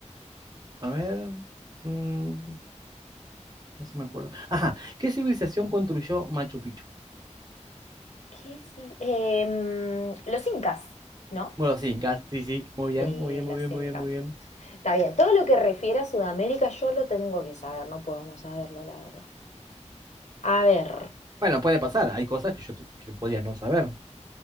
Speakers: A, on the right; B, on the left.
A: A ver, mm, no sé si me acuerdo. Ajá, ¿qué civilización construyó Machu Picchu?
B: ¿Qué sí? Em, los incas, ¿no?
A: Bueno, sí, gas- sí, sí, muy bien,
B: Sí,
A: muy bien,
B: los
A: muy bien,
B: incas.
A: muy bien, muy bien.
B: Está bien, todo lo que refiere a Sudamérica yo lo tengo que saber, no puedo no saberlo, la verdad. A ver,
A: Bueno, puede pasar, hay cosas que yo, t- que podía no saber.